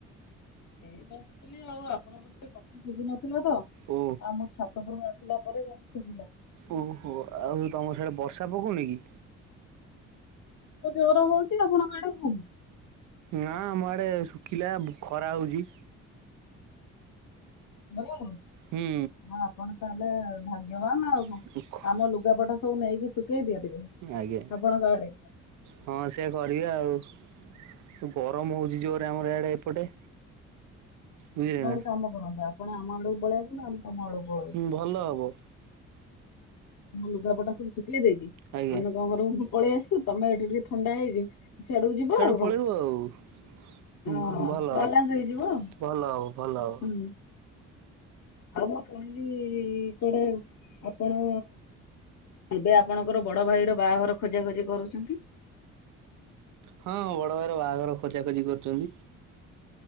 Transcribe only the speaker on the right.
ଓ
ଓହୋ ଆଉ ତମ ସିଆଡେ ବର୍ଷା ପକଉନି କି?
ନା ଆମ ଆଡ଼େ ଶୁଖିଲା ଖରା ହଉଚି।
ହୁଁ
<unintelligible>
ଆଜ୍ଞା
ହଁ ସେଇଆ କରିବା ଆଉ। ଗରମ ହଉଚି ଜୋରେ ଆମର ଆଡ଼େ ଏପଟେ। ବୁଝିଲେ
ନା।
ହୁଁ ଭଲ ହବ।
ଆଜ୍ଞା।
ସିଆଡୁ
ପଳେଇବୁ
ଆଉ
ଭଲ
ଭଲ ହବ ଭଲ ହବ।
ହଁ ବଡ଼ ଭାଇର ବାହାଘର ଖୋଜା ଖୋଜି କରୁଛନ୍ତି।